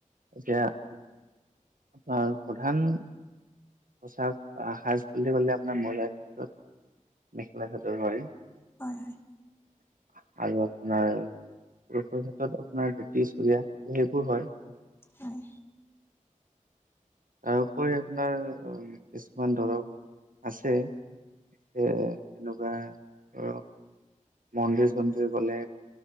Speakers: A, on the right (about 80°); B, on the left (about 15°).
A: এতিয়া আপোনাৰ প্ৰধান পোচাক সাজ বুলি কলে আপোনাৰ মই জনা ক্ষেত্ৰত মেখেলা-চাদৰ হয়।
B: হয় হয়।
A: <inaudible> আৰু আপোনাৰ পুৰুষৰ ক্ষেত্ৰত আপোনাৰ ধুতি-চৰিয়া সেইবোৰ হয়।
B: হয়
A: তাৰপৰি আপোনাৰ কিছুমান ধৰক আছে স, তেনেকুৱা ধৰক মন্দিৰ, চন্দিৰ গলে,